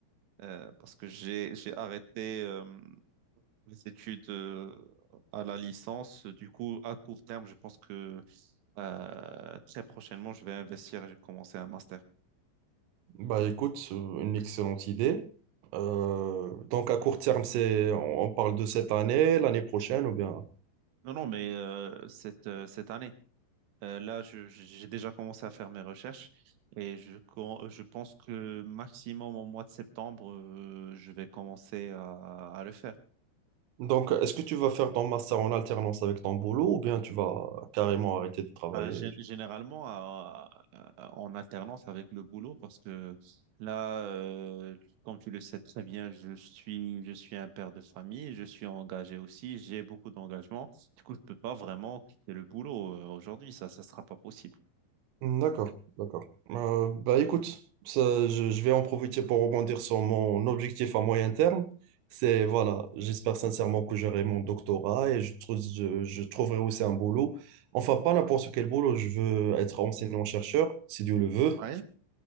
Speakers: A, on the right (about 70°); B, on the right (about 85°).
A: euh, parce que j'ai j'ai arrêté euh, les études euh, à la licence. Du coup, à court terme, je pense que euh, très prochainement, je vais investir et je vais commencer un master.
B: Bah écoute, euh, une excellente idée. Euh, donc à court terme, c'est, on on parle de cette année, l'année prochaine ou bien...
A: Non, non, mais euh, cette, euh, cette année, euh, là, je- je- j'ai déjà commencé à faire mes recherches et je, com- je pense que maximum au mois de septembre, euh, je vais commencer à, à le faire.
B: Donc, est-ce que tu vas faire ton master en alternance avec ton boulot ou bien tu vas carrément arrêter de travailler?
A: Bah, gé- généralement, à- à- en alternance avec le boulot, parce que là, euh, comme tu le sais très bien, je suis, je suis un père de famille, je suis engagé aussi, j'ai beaucoup d'engagement. Du coup, je peux pas vraiment quitter le boulot euh, aujourd'hui, ça, ça sera pas possible.
B: D'accord, d'accord. Euh, bah écoute, ça, je, je vais en profiter pour rebondir sur mon objectif à moyen terme. C'est, voilà, j'espère sincèrement que j'aurai mon doctorat et je, trou- je, je trouverai aussi un boulot. Enfin, pas n'importe quel boulot, je veux être enseignant-chercheur, si Dieu le veut.
A: Ouais.